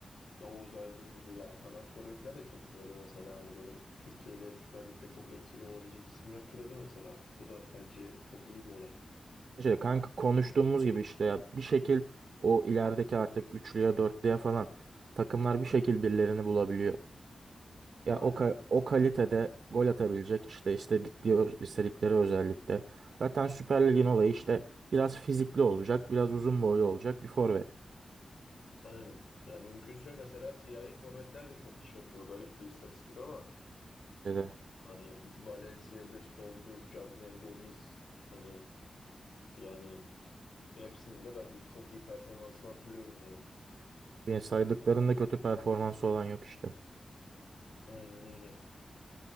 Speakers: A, on the left; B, on the right.
A: Oğuz Aydın gibi ya kanat forvetler de çok türedi mesela hani böyle Türkiye'de Süper Lig'de çok etkili olabilecek isimler türedi mesela. Bu da bence çok iyi bir olay.
B: Bence de kanka konuştuğumuz gibi işte ya bir şekil o ilerideki artık üçlüye dörtlüye falan takımlar bir şekil birilerini bulabiliyor. Ya
A: Aynen,
B: o, ka- o kalitede gol atabilecek işte istedikleri, istedikleri özellikle. Zaten Süper Lig'in olayı işte biraz fizikli olacak, biraz uzun boylu olacak bir forvet.
A: aynen. Ya mümkünse mesela siyahi forvetler de çok iş yapıyor. Garip bir istatistik ama
B: Bence de.
A: hani Valencia'dır, Sow'dur, Cagnen Gomis hani yani hepsinin de ben çok iyi performansını hatırlıyorum yani.
B: Yani saydıklarında kötü performansı olan yok işte.
A: Aynen öyle.